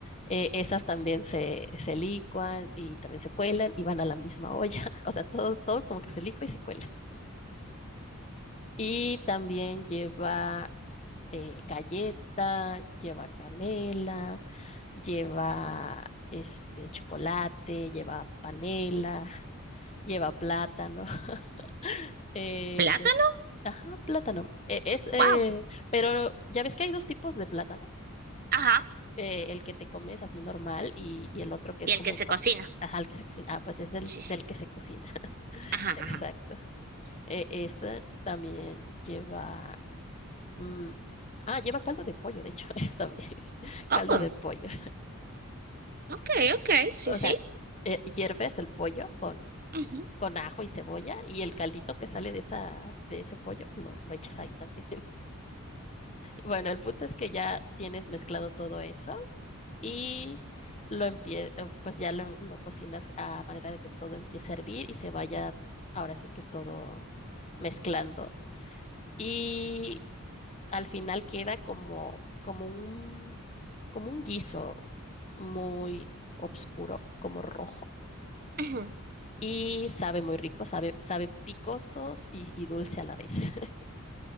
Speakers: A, on the left; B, on the right.
A: Eh, esas también se, se licuan y también se cuelan y van a la misma olla. <laughs> O sea, todos, todo como que se licua y se cuela. Y también lleva eh, galleta, lleva canela, lleva este chocolate, lleva panela, lleva plátano, <laughs> eh,
B: ¿Plátano?
A: que, ajá, plátano. E- es, eh,
B: Wow.
A: pero ya ves que hay dos tipos de plátano,
B: Ajá.
A: eh, el que te comes así normal y, y el otro que
B: Y
A: es
B: el
A: como,
B: que se
A: pa-
B: cocina.
A: ajá, el que se cocina. Ah, pues es del,
B: Sí, sí.
A: del que se cocina. <laughs>
B: Ajá,
A: Exacto.
B: ajá.
A: E- ese también lleva, mm, ah, lleva caldo de pollo, de hecho, <laughs> también, <laughs> caldo
B: Oh,
A: de pollo.
B: okay, okay, sí,
A: o
B: sí.
A: sea, eh, hierves el pollo con,
B: Ujú,
A: con ajo y cebolla y el caldito que sale de, esa, de ese pollo lo, lo echas ahí también. <laughs> Bueno, el punto es que ya tienes mezclado todo eso y lo empie eh, pues ya lo, lo cocinas a manera de que todo empiece a hervir y se vaya ahora sí que todo mezclando. Y al final queda como, como un, como un guiso muy oscuro, como rojo
B: ujú.
A: y sabe muy rico, sabe, sabe picosos y, y dulce a la vez. <laughs>